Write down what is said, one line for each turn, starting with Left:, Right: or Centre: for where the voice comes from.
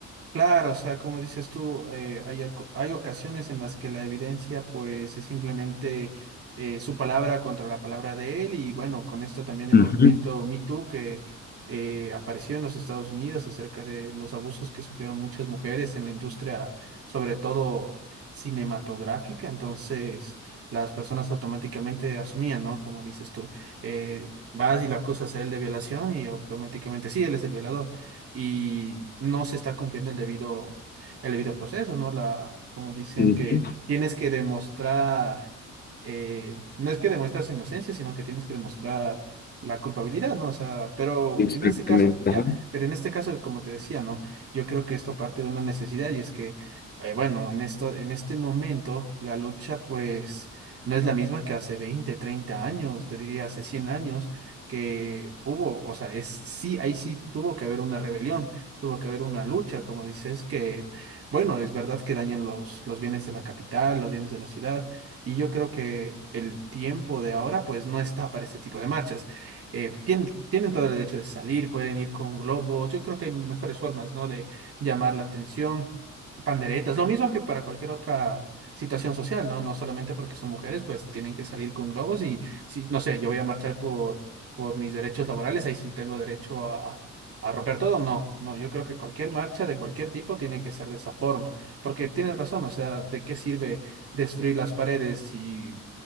Right: Claro, o sea, como dices tú, eh, hay, oc- hay ocasiones en las que la evidencia pues es simplemente eh, su palabra contra la palabra de él y bueno, con esto también del
Left: Ujú.
Right: movimiento Me Too que eh, apareció en los Estados Unidos acerca de los abusos que sufrieron muchas mujeres en la industria, sobre todo cinematográfica, entonces las personas automáticamente asumían, ¿no? Como dices tú, eh, vas y lo acusas a él de violación y automáticamente sí, él es el violador y no se está cumpliendo el debido, el debido proceso, ¿no? La, como dicen
Left: Ujú,
Right: que tienes que demostrar, eh, no es que demuestras inocencia, sino que tienes que demostrar la culpabilidad, ¿no? O sea, pero
Left: Exactamente.
Right: en ese caso, ya,
Left: ajá.
Right: pero en este caso, como te decía, ¿no? Yo creo que esto parte de una necesidad y es que, eh, bueno, en esto, en este momento, la lucha, pues, no es la misma que hace 20 30 años, te diría hace 100 años, que hubo, o sea, es sí, ahí sí tuvo que haber una rebelión, tuvo que haber una lucha, como dices, que, bueno, es verdad que dañan los, los bienes de la capital, los bienes de la ciudad, y yo creo que el tiempo de ahora, pues, no está para este tipo de marchas. Eh, tienen, tienen todo el derecho de salir, pueden ir con globos, yo creo que hay mejores formas, ¿no? De llamar la atención, panderetas, lo mismo que para cualquier otra situación social, ¿no? No solamente porque son mujeres, pues tienen que salir con globos y si, no sé, yo voy a marchar por por mis derechos laborales, ahí sí tengo derecho a, a romper todo. No, no, yo creo que cualquier marcha de cualquier tipo tiene que ser de esa forma, porque tienes razón, o sea, ¿de qué sirve destruir las paredes si